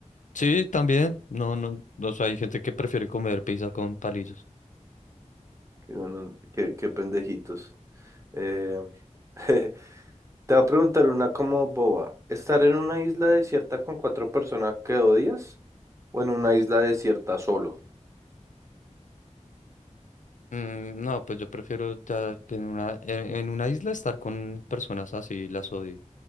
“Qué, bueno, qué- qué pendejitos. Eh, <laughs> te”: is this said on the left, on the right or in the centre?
Right